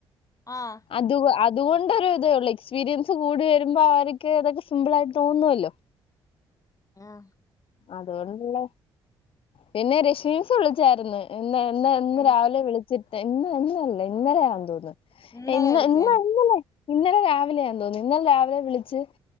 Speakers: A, on the left; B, on the left.
A: ആ
B: അത് അതുകൊണ്ടൊരു ഇതേ ഉള്ളൂ എക്സ്പീരിയൻസ് കൂടി വരുമ്പോ അവർക്ക് ഇതൊക്കെ സിമ്പിൾ ആയിട്ട് തോന്നുല്ലോ
A: ആഹ
B: അതുകൊണ്ടുള്ള പിന്നെ രശ്മീസ് വിളിച്ചായിരുന്നു ഇാ എന്നാ ഇന്ന്
A: ഉം
B: രാവിലെ വിളിച്ചിട്ട് ഇന്ന് ഇന്നല്ലേ ഇന്നരെയയാെന്ന് തോന്നുന്നു
A: ഇന്നലെ വിളിച്ചാണ്
B: ഇന്നലെ രാവിലെ വിളിച്ച്